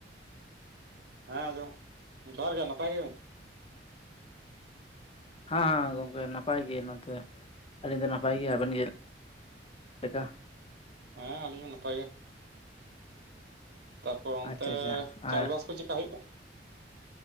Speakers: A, on the right (about 60°); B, on the left (about 30°).
A: ᱦᱮᱸ ᱟᱸᱡᱚᱢᱚᱜ, <inaudible> ᱡᱚᱦᱟᱸᱨ ᱜᱮ ᱱᱟᱯᱟᱭ ᱜᱮᱭᱟᱵᱮᱱ ᱛᱚ?
B: ᱦᱮᱸ ᱦᱮᱸ ᱜᱚᱝᱠᱮ ᱱᱟᱯᱟᱭ ᱜᱮ ᱱᱚᱱᱛᱮ ᱾ ᱟᱹᱞᱤᱧ ᱫᱚ ᱱᱟᱯᱟᱭ ᱜᱮ, ᱟᱵᱮᱱ ᱜᱮ <inaudible> ᱪᱮᱫ ᱞᱮᱠᱟ?
A: ᱦᱮᱸ, ᱟᱹᱞᱤᱧ ᱦᱚᱸ ᱱᱟᱯᱟᱭ ᱜᱮ ᱾ ᱛᱟᱯᱚᱨ ᱚᱱᱛᱮ
B: ᱟᱪᱪᱷᱟ ᱟᱪᱪᱷᱟ
A: ᱪᱟᱥᱵᱟᱥ
B: ᱟᱨ
A: ᱠᱚ ᱪᱮᱫ ᱠᱟ ᱦᱩᱭᱩᱜ ᱠᱟᱱᱟ?